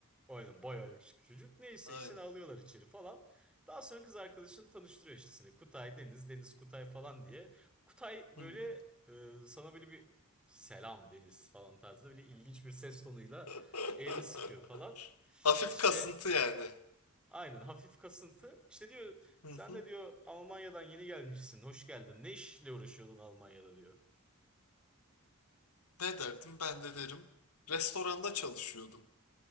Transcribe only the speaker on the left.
Aynen.
Hı.
<laughs>
Hafif
kasıntı yani.
Hı
hı.
Ne derdim? Ben de derim. Restoranda çalışıyordum.